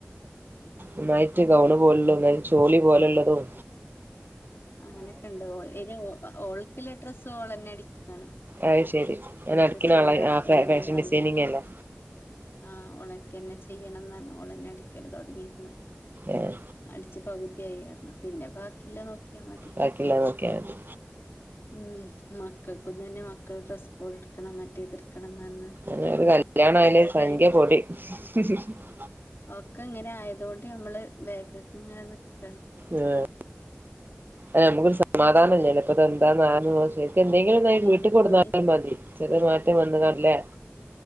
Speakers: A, on the left; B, on the right.
A: ആഹ്
B: ഒന്നായിട്ട് ഗൗൺ പോലെള്ള ഒന്നായിട്ട് ചോളി പോലെള്ളതും
A: അങ്ങനെയൊക്കെ ണ്ട് ഇ ഓൾ ക്കുള്ള ഡ്രസ്സ് ഓളന്നെ അടിക്കാണ്
B: ആയ്ശെരി ങ്ങനെ
A: ഓൾക്ക്
B: അടിക്കണ
A: സീല
B: ആളാ ആഹ്
A: ഓളന്നെ
B: ഫാഷൻ
A: വാങ്ങി
B: ഡിസൈനിങ് അല്ലെ
A: ആഹ് അവളൊക്കെന്നെ ചെയ്യണംന്ന് പറഞ്ഞു ഓളന്നെ അടിക്കല് തുടങ്ങിക്കണ്
B: ഏഹ്.
A: അടിച്ചു പകുതിയായിഅറഞ്ഞി പിന്നെ ബാക്കിയുള്ളത് നോക്കിയാ മതി
B: ബാക്കിയുള്ളത് നോക്കിയാൽ മതി
A: ഉം മക്കൾക്കും തന്നെ മക്കള ഡ്രസ്സ് കോഡ് എടുക്കണം മറ്റേതഎടുക്ക്ണം എടുക്ക്ണം ന്ന് പറഞ്ഞി
B: അങ്ങനെ ഒരു കല്യാണം
A: മോക്കെ
B: ആയാല് സംഖ്യ <inaudible>
A: ഒക്കെ ഇങ്ങനെ ആയതോണ്ട് നമ്മള് ബേക്കിൽക്ക് ഇങ്ങനെ നിക്ക
B: ആഹ് അല്ല ഞമ്മക്കൊരു സമാധാനല്ലല്ലോ ഇപ്പ എന്താന്ന് <unintelligible> എന്തെങ്കിലും ആയ്
A: പിന്നെ
B: വീട്ടിൽ
A: ഇപ്പോ
B: കൊടുന്നാലും മതി ചെറിയ ഒരു മാറ്റം വന്ന്കാണ്ട് ലെ